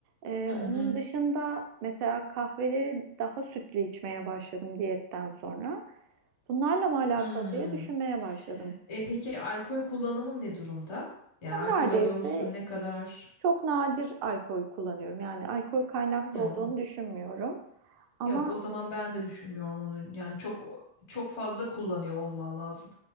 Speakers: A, on the right; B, on the left.
A: E,
B: Hı
A: onun
B: hı.
A: dışında mesela kahveleri daha sütlü içmeye başladım diyetten sonra. Bunlarla mı alakalı
B: Hmm.
A: diye düşünmeye başladım.
B: E peki alkol kullanımın ne durumda? Yani alkol
A: Neredeyse
B: alıyor musun? Ne kadar?
A: Çok nadir alkol kullanıyorum. Yani alkol kaynaklı
B: Yo.
A: olduğunu düşünmüyorum. Ama
B: Yok o zaman ben de düşünmüyorum onu. Yani çok çok fazla kullanıyor olman lazım.